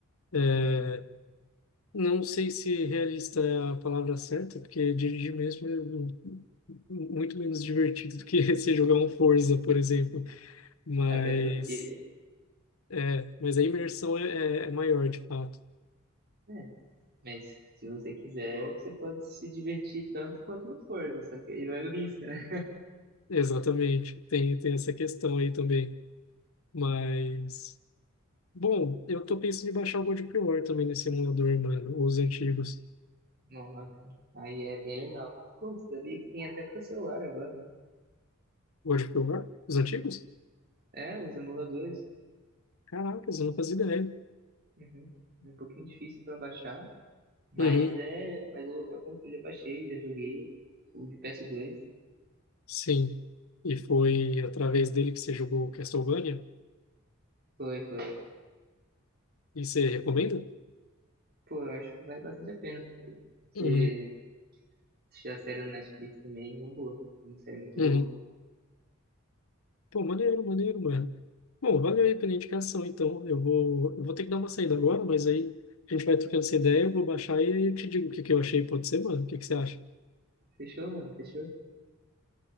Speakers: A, on the left; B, on the right.
A: É,
B: Uhum.
A: não sei se realista é a palavra certa, porque dirigir mesmo é mu- muito menos divertido do que <laughs> você jogar um Forza, por exemplo. Mas,
B: Até porque,
A: é, mas a imersão é, é, é maior, de fato.
B: né? Mas se você quiser, você pode se divertir tanto quanto no Forza, só que aí vai o risco, né?
A: Exatamente. Tem, tem essa questão aí também. Mas, bom, eu tô pensando em baixar o God of War também nesse emulador, mano. Os antigos.
B: Nossa, aí é bem legal. Pô, você sabia que tem até pra celular agora.
A: God of War? Os antigos?
B: É, os emuladores.
A: Caracas, eu não fazia ideia.
B: Uhum. É um pouquinho difícil pra baixar, mas
A: Uhum.
B: é, mas eu, eu já baixei, já joguei o de PS2.
A: Sim. E foi através dele que você jogou Castlevania?
B: Foi, foi.
A: E você recomenda?
B: Pô, eu acho que vale bastante a pena. Se
A: Uhum.
B: assistir a série no Netflix também, é uma boa. Uma série muito
A: Uhum.
B: boa.
A: Pô, maneiro, maneiro, mano. Bom, valeu aí pela indicação, então. Eu vou, eu vou ter que dar uma saída agora, mas aí a gente vai trocando essa ideia, eu vou baixar e aí eu te digo o que que eu achei. Pode ser, mano? O que que você acha?
B: Fechou, mano? Fechou?